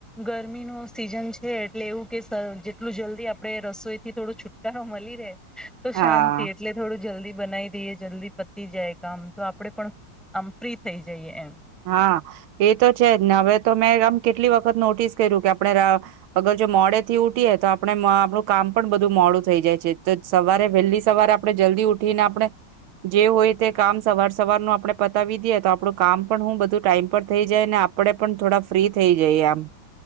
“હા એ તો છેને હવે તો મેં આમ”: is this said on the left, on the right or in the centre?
Right